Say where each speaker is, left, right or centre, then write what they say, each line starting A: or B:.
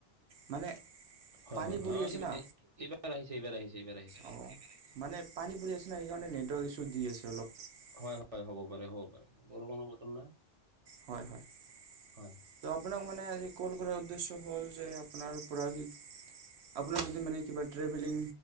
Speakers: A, on the right; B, on the right.
A: মানে <unintelligible>
B: হয়-হয়-হয়
A: পানী পৰি আছে
B: এইবাৰ-এইবাৰ
A: না
B: আহিছে, এইবাৰ আহিছে, এইবাৰ আহিছে। <unintelligible>
A: অঁ মানে পানী পৰি আছে ন, সেইকাৰণে নেটৱৰ্ক ইছু দি আছে অলপ। <unintelligible>
B: হয়-হয়, হ'ব পাৰে, হ'ব পাৰে, বৰষূণৰ বতৰ না। <unintelligible>
A: হয়-হয়। <unintelligible>
B: হয় <unintelligible>
A: ত আপোনাক মানে আজি কল কৰাৰ উদ্দেশ্য হ'ল যে আপোনাৰ পৰা <unintelligible> আপোনাৰ যদি মানে কিবা ট্ৰেভেলিং